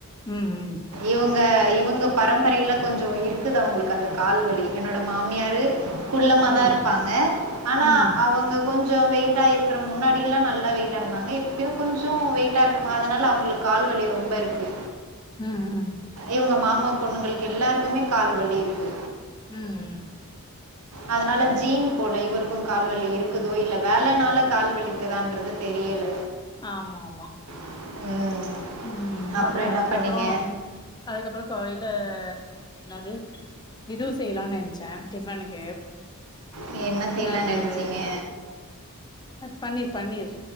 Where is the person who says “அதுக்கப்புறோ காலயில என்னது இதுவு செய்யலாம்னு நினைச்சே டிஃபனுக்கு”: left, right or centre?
Left